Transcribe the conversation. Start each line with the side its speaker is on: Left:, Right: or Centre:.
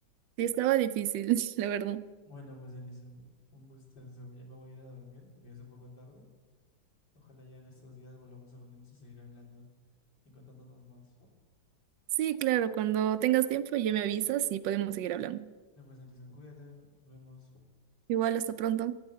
Right: estaba difícil, <laughs> la verdad.
Left: Bueno, pues Elison, un gustazo. Ya me voy a ir a dormir porque ya es un poco tarde. Ojalá ya en estos días volvamos a reunirnos a seguir hablando y contándonos más.
Right: Sí, claro, cuando tengas tiempo ya me avisas y podemos seguir hablando.
Left: Ya pues Elison, cuídate, nos vemos.
Right: Igual, hasta pronto.